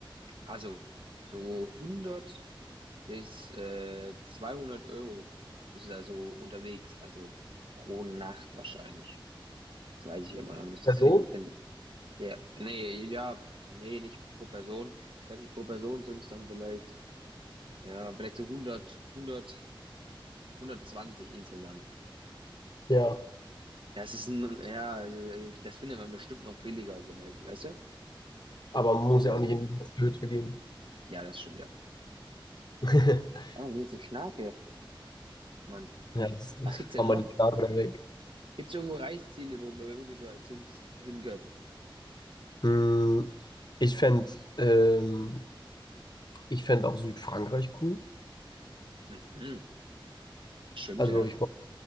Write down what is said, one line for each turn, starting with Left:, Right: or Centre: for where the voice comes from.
Right: also so hundert bis äh, 200 Euro bist du also unterwegs, also pro Nacht wahrscheinlich. Das weiß ich aber noch nicht.
Left: Person?
Right: Das finden, finden, ja, nee, ja, nee, nicht pro Person. Ich weiß nicht, pro Person sind es dann vielleicht, ja, vielleicht so 100, 100, 120 insgesamt.
Left: Ja,
Right: Das ist ein, ja, also äh, das findet man bestimmt noch billiger, so mäßig, weißt du?
Left: aber man muss
Right: Verstehst
Left: ja
Right: du, was
Left: auch nicht
Right: ich meine?
Left: in die Hütte gehen.
Right: Ja, das stimmt, ja.
Left: <laughs>
Right: Oh, hier ist eine Schnake, Mann.
Left: Ja, das
Right: Was gibt's denn
Left: haben
Right: noch?
Left: wir die Frage da weg.
Right: Gibt's irgendwo Reiseziele, wo wir, wo wir so als Jungs hingehören?
Left: Hm, ich fände ähm, ich fänd auch Südfrankreich cool.
Right: Mhm. Stimmt,
Left: Also
Right: ja.
Left: ich